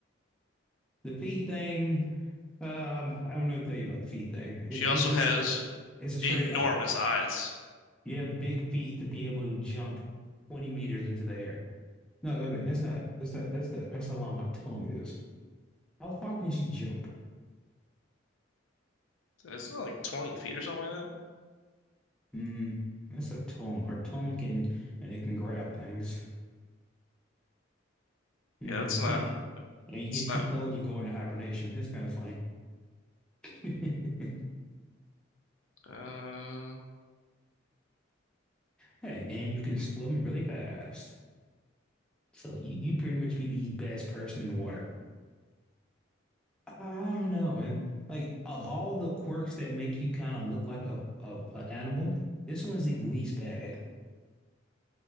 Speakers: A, in the centre; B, on the left (about 75°).
A: The feet thing, Um, I don't know what to tell you about the feet thing. It-
B: She also
A: It's
B: has
A: it's it's a trade
B: enormous
A: off.
B: eyes.
A: You have big feet to be able to jump twenty meters into the air. No, wait a minute. That's not. That's not. That's the. That's how long my tongue is. How far can she jump?
B: Isn't that like 20 feet or something like that?
A: Hmm. That's her tongue. Her tongue can and it can grab things. Hmm.
B: Yeah, that's not.
A: <laughs> And you get
B: It's not.
A: too cold, you go into hibernation. That's kind of funny. <laughs>
B: Uh,
A: Hey, and you can swim really fast. So you, you'd pretty much be the best person in water. I don't know. And like of all the quirks that make you kind of look like a, a, a animal, this one's the least bad.